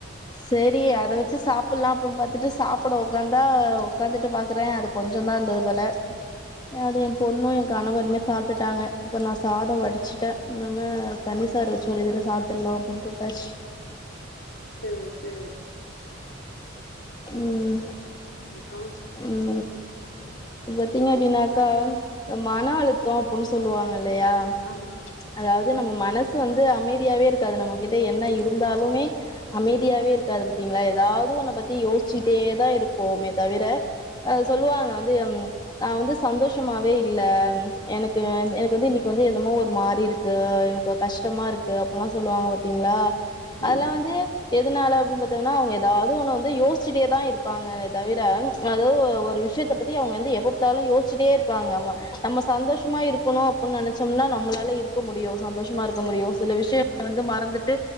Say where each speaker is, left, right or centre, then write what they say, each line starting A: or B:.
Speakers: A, on the left; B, on the left.
A: சேரி
B: ம்
A: அத வெச்சு சாப்பிட்லா அப்டின் பாத்துட்டு சாப்புட ஒக்காந்தா ஒக்காந்துட்டு பாக்குறே அது கொஞ்ச தா இருந்தது போல அத எ பொண்ணு எ கனவருமே சாப்ட்டுட்டாங்க இப்ப நா சாத வடிச்சுட்டே ம் அதா தண்ணி சாறு வெச்சு ஒரு இதுல சாப்ட்டுர்லா அப்டின்ட்டு விட்டாச்சு
B: சேரி சேரி
A: ம்
B: அப்றோ
A: ம் இங்க எப்டினா எப்டினாக்கா அ மன அழுத்த அப்டின்னு சொல்லுவாங்க இல்லையா
B: ஆமா
A: அதாவ்து நம்ம மனசு வந்து அமைத் தியாவே இருக்காது நம்ம கிட்ட என்ன இருந்தாலுமே அமைதியாவே இருக்காது பத்திங்ளா எதாவ்து ஒன்ன பத்தி யோசிச்சுட்டே தா இருக்குமே தவிர அது சொல்லுவாங்க வந் தும் நா வந்து சந்தோஷமாவே இ இல்ல எனக்கு எனக்கு வந்து இன்னைக்கு வந்து என்னமோ ஒரு மாரி இருக்கு எனக்கொரு கஷ்டமா இருக் கு அப்டின்லா சொல்லுவாங்க பாத்தீங்களா அதெல்லா
B: ம்
A: வந்து எதுனால அப்டின் பாத்தீங்கனா அவ்ங்க எதாவ்து ஒன்ன வந்து யோசச்சுட்டேதா இருப் ப்பாங்கலே தவிர அதாவ்து ஒரு விஷ்யத் த்த பத்தி அவ்ங்க வந்து எப்ப பாத்தாலு யோசிச்சுட்டே இருப்பாங்க ஆமா நம்ம சந்தோஷமா இருக்கணு அப்டின் நெனச்சம்னா நம்மளால இருக் இருக்க முடியு சந்தோஷமா இருக்க முடியு சில விஷயங்கள் வந்து மறந்துட்டு